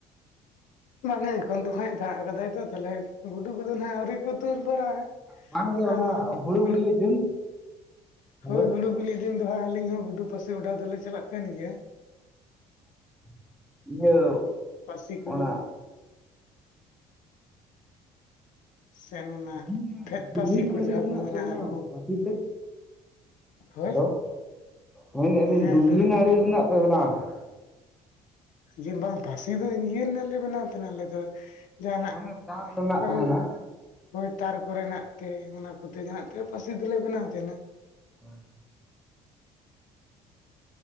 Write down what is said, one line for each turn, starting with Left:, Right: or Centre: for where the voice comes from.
Left: ᱵᱟᱝᱟ ᱮᱠᱷᱚᱱ ᱛᱚ ᱦᱟᱸᱜ ᱫᱟᱜ ᱟᱠᱟᱫᱟᱭ ᱛᱚ ᱛᱟᱦᱞᱮ ᱜᱩᱰᱩ ᱠᱚᱫᱚ ᱦᱟᱜ ᱟᱹᱣᱨᱤ ᱠᱚ ᱫᱩᱨ ᱵᱟᱲᱟ
Centre: ᱵᱟᱝᱜᱮ ᱚᱱᱟ
Left: ᱟᱨᱠᱷᱟᱱ
Centre: ᱦᱩᱲᱩ
Left: ᱦᱩᱲᱩᱜ
Centre: ᱵᱤᱞᱤᱜ ᱫᱤᱱ ᱦᱮᱞᱳ
Left: ᱦᱳᱭ, ᱦᱩᱲᱩ ᱵᱤᱞᱤ ᱫᱤᱱ ᱫᱚ ᱦᱟᱸ ᱟᱞᱤᱧ ᱦᱚᱸ ᱜᱩᱰᱩ ᱯᱟᱹᱥᱤ ᱚᱰᱟᱣ ᱫᱚᱞᱮ ᱪᱟᱞᱟᱜ ᱜᱮᱭᱟ᱾
Centre: <inaudible> ᱤᱭᱟᱹ
Left: ᱯᱟᱥᱤ ᱠᱩ
Centre: ᱚᱱᱟ
Left: ᱥᱮ ᱚᱱᱟ
Centre: <unintelligible>
Left: ᱯᱷᱮᱫ ᱯᱟᱹᱥᱤ ᱠᱚ ᱡᱟᱦᱟᱸ
Centre: ᱢᱮᱱᱟᱜ
Left: ᱠᱚ ᱢᱮᱱᱟ
Centre: ᱛᱟᱵᱮᱱᱟ
Left: ᱟᱨᱦᱚᱸ
Centre: ᱯᱟᱥᱤ ᱛᱮᱜ
Left: ᱦᱳᱭ
Centre: ᱦᱮᱞᱳ ᱢᱮᱱᱮᱜᱼᱟ
Left: ᱦᱮᱸ
Centre: ᱞᱤᱧ ᱫᱩᱜᱷᱤ
Left: ᱞᱟᱹᱭ ᱵᱮᱱ
Centre: ᱱᱟᱹᱲᱤ ᱨᱮᱱᱟᱜ ᱯᱮ ᱵᱮᱱᱟᱣ ᱠᱟ
Left: ᱡᱮ ᱵᱟᱝ ᱯᱟᱥᱤ ᱫᱚ ᱤᱭᱟᱹ ᱨᱮᱱᱟᱜ ᱞᱮ ᱵᱮᱱᱟᱣ ᱛᱟᱦᱮᱸᱱᱟ ᱟᱞᱮ ᱫᱚ, ᱡᱟᱦᱟᱸᱱᱟᱜ
Centre: ᱚᱱᱮ ᱛᱟᱨ ᱨᱮᱱᱟᱜ
Left: ᱠᱟᱹ
Centre: ᱛᱟᱦᱮᱱᱟ
Left: ᱦᱳᱭ ᱛᱟᱨ ᱠᱚᱨᱮᱱᱟᱜ ᱛᱮ ᱚᱱᱟ ᱠᱚᱛᱮᱜᱮ ᱦᱟᱸᱜ ᱛᱮ ᱯᱟᱥᱤ ᱫᱚᱞᱮ ᱵᱮᱱᱟᱣ ᱛᱟᱦᱮᱸᱱᱟ।
Centre: <unintelligible>